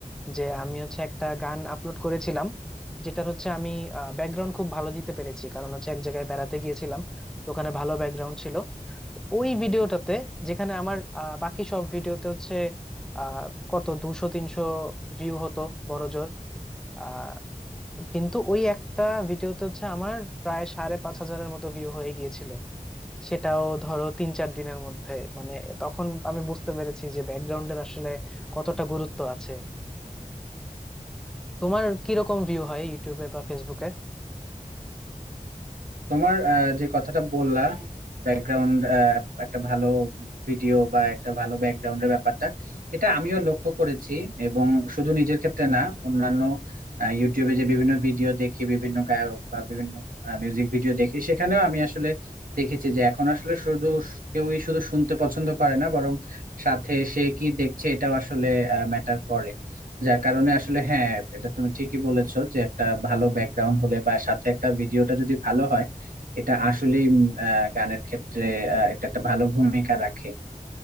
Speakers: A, in the centre; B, on the right.
A: যে আমি হচ্ছে একটা গান আপলোড করেছিলাম যেটার হচ্ছে আমি ব্যাকগ্রাউন্ড খুব ভালো দিতে পেরেছি কারণ হচ্ছে এক জায়গায় বেড়াতে গিয়েছিলাম তো ওখানে ভালো ব্যাকগ্রাউন্ড ছিল তো ওই ভিডিওটাতে যেখানে আমার আহ, বাকি সব ভিডিওতে হচ্ছে আহ কত দুশো তিনশো ভিউ হতো বড় জোর আহ কিন্তু ওই একটা ভিডিওতে হচ্ছে আমার প্রায় সাড়ে পাঁচ হাজারের মতো ভিউ হয়ে গিয়েছিল সেটাও ধরো তিন চার দিনের মধ্যে মানে তখন আমি বুঝতে পেরেছি যে ব্যাকগ্রাউন্ডের আসলে কতটা গুরুত্ব আছে তোমার কিরকম ভিউ হয় ইউটিউবে বা ফেসবুকে
B: তোমার আহ, যে কথাটা বললা ব্যাকগ্রাউন্ড একটা ভালো ভিডিও বা একটা ভালো ব্যাকগ্রাউন্ডের ব্যাপারটা এটা আমিও লক্ষ্য করেছি এবং শুধু নিজের ক্ষেত্রে না অন্যান্য আহ, ইউটিউবে যে বিভিন্ন ভিডিও দেখি বিভিন্ন গায়ক বা বিভিন্ন মিউজিক ভিডিও দেখি সেখানেও আমি আসলে দেখেছি যে এখন আসলে শুধু স- কেউই শুধু শুনতে পছন্দ করে না বরং সাথে সে কি দেখছে এটাও আসলে ম্যাটার করে যার কারণে আসলে হ্যাঁ এটা তুমি ঠিকই বলেছো যে একটা ভালো ব্যাকগ্রাউন্ড হলে বা সাথে একটা ভিডিওটা যদি ভালো হয় এটা আসলেই উম, আহ, গানের ক্ষেত্রে আহ, এটা একটা ভালো ভূমিকা রাখে